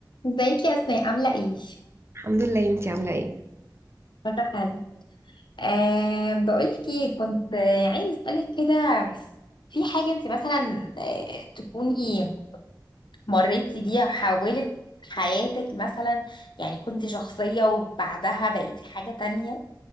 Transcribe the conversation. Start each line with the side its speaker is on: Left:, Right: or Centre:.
Left: ازيك يا اسماء عاملة ايه؟
Right: الحمد لله انتي عاملة ايه؟
Left: كله حلو أه بقولك ايه كنت آه، عايزة اسألك كده في حاجة انت مثلا آه، تكوني مريتي بيها حولت حياتك مثلا يعني كنت شخصية وبعدها بقيتي حاجة تانية